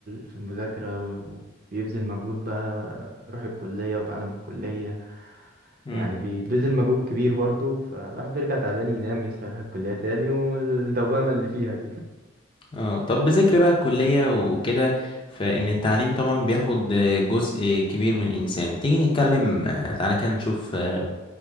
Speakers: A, on the right; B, on the left.
A: في المذاكره و- وبيبذل مجهود بقى روح الكليه وتعلم الكليه
B: امم
A: يعني بيبذل مجهود كبير برضه فالواحد بيرجع تعبان ينام يصحى يروح الكليه تاني والدوامه اللي فيها دي
B: اه طب بذكر بقى الكلية وكده فإن التعليم طبعا بياخد آه، جزء كبير من الإنسان تيجي نتكلم آه، تعالى كده نشوف آه،